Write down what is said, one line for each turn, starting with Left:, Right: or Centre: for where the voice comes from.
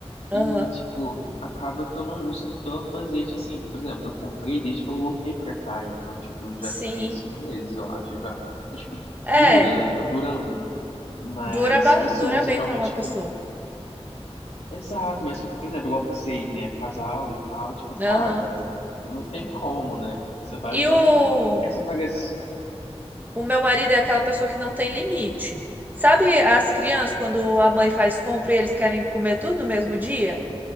Left: E,
Right: Aham,
Left: tipo, acaba que eu não uso tanto azeite, assim. Por exemplo, eu comprei desde que eu voltei pra cá, então, tipo, já
Right: sim.
Left: tem aí cinco meses, eu acho, já. Então, tipo,
Right: É,
Left: dura, tá durando. Mas
Right: dura, ba-
Left: se você
Right: dura
Left: usa
Right: bem
Left: realmente,
Right: pra uma pessoa.
Left: tipo, Exato, mas, tipo, por exemplo, igual vocês, né? Casal e tal, tipo, cara,
Right: Aham.
Left: não tem como, né? Porque você vai usando
Right: E o
Left: rápido. Aí você paga esse.
Right: O meu marido é aquela pessoa que não tem limite. Sabe as crianças, quando a mãe faz compra e eles querem comer tudo no mesmo dia?